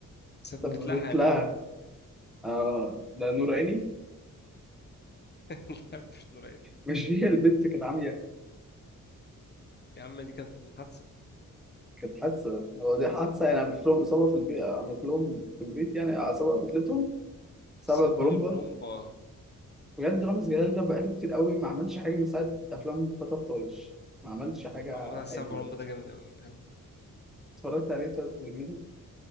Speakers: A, on the left; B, in the centre.
A: سببت
B: طب
A: لها
B: بيت
A: حالة
B: لها اه ده نور عيني
A: <laughs> لا، مش نور عيني
B: مش هي البت كانت عامية
A: يا عم دي كانت حادثة
B: كانت حادثة هو دي حادثة يعني عملت لهم إصابة في البيت عملت لهم في البيت يعني إصابة قتلتهم سبب
A: سبع
B: برومبا
A: البرومبا
B: بجد رامز جلال ده بقاله كتير قوي ما عملش حاجة من ساعة أفلام فتى الطايش ما عملش حاجة
A: عامة سبع
B: عدلة
A: البرومبا ده جامد أوي بحبه
B: اتفرجت عليه طيب زميلي